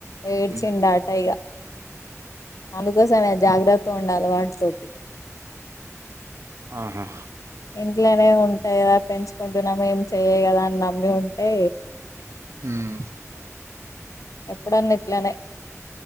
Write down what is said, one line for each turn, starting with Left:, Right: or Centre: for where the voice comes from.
Left: ఏడ్చిండ
Right: హ్మ్.
Left: అట ఇక అందుకోసమే జాగ్రత్త ఉండాలి వాటితోటి
Right: ఆహా
Left: ఇంట్లనే ఉంటాగదా అని పెంచుకుంటే ఏం చెయ్యయి కదా అని నమ్మి ఉంటే
Right: మ్మ్
Left: ఎప్పుడన్న ఇట్లనే